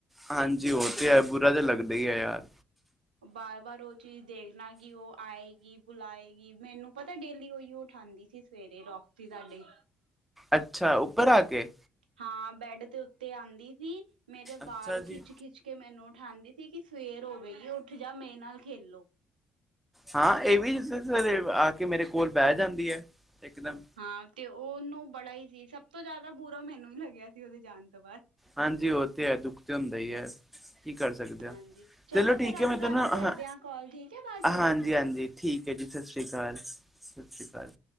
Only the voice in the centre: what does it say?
ਹਾਂਜੀ, ਉ ਤੇ ਹੈ, ਬੁਰਾ ਤਾਂ ਲੱਗਦਾ ਹੀ ਹੈ ਯਾਰ।
ਅੱਛਾ, ਉੱਪਰ ਆ ਕੇ।
ਅੱਛਾ ਜੀ
ਹਾਂ ਏ ਵੀ ਸਵੇਰੇ-ਸਵੇਰੇ ਆ ਕੇ ਮੇਰੇ ਕੋਲ ਬਹਿ ਜਾਂਦੀ ਹੈ ਇਕ ਦਮ।
ਹਾਂਜੀ, ਉ ਤੇ ਹੈ ਦੁੱਖ ਤੇ ਹੁੰਦਾ ਹੀ ਹੈ ਕੀ ਕਰ ਸਕਦੇ ਆ।
ਠੀਕ
ਹੈ
ਮੈਂ ਤੈਨੂੰ
ਹਾ।
ਹਾਂਜੀ-ਹਾਂਜੀ, ਠੀਕ ਹੈ ਜੀ ਸਤਿ ਸ਼੍ਰੀ ਅਕਾਲ, ਸਤਿ ਸ੍ਰੀ ਅਕਾਲ।